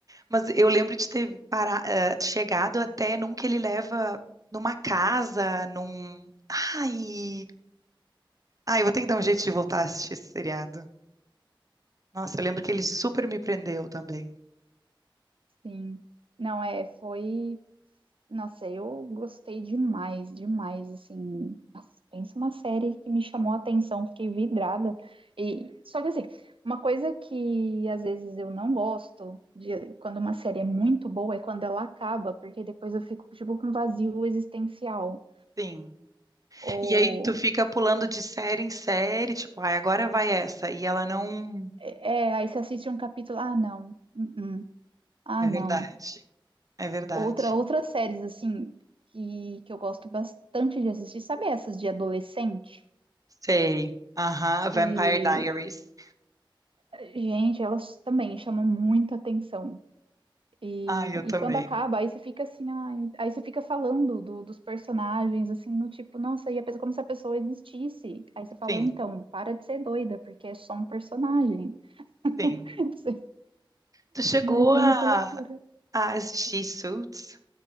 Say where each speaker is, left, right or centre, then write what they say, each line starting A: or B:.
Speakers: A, on the right; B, on the right.
A: mas eu lembro de ter para, eh, chegado até num que ele leva numa casa, num. Ai, ai, eu vou ter que dar um jeito de voltar a assistir esse seriado. Nossa, eu lembro que ele super me prendeu também.
B: <laughs> Sim. Não, é, foi Nossa, eu gostei demais, demais, assim. Nossa, pensa uma série que me chamou a atenção, fiquei vidrada. E só que assim, uma coisa que às vezes eu não gosto de quando uma série é muito boa é quando ela acaba, porque depois eu fico tipo com um vazio existencial.
A: Sim.
B: Ou
A: E aí tu fica pulando de série em série, tipo, ai, agora vai essa. E ela não.
B: é, é, aí você assiste um capítulo, ah, não, uh -uh, ah,
A: É
B: não.
A: verdade. É verdade.
B: Outra, outras séries assim que, que eu gosto bastante de assistir, sabe essas de adolescente?
A: Sei. Aham,
B: Que
A: Vampire Diaries.
B: Gente, elas também chamam muita atenção. E,
A: Ah, eu também.
B: e quando acaba, aí você fica assim, ai, aí você fica falando do- dos personagens, assim, no tipo, nossa, e a pessoa, como se a pessoa existisse. Aí você fala,
A: Sim,
B: então, para de ser doida, porque é só um personagem.
A: sim.
B: <laughs>
A: Tu chegou
B: Mas é
A: a,
B: muita loucura.
A: a assistir Suits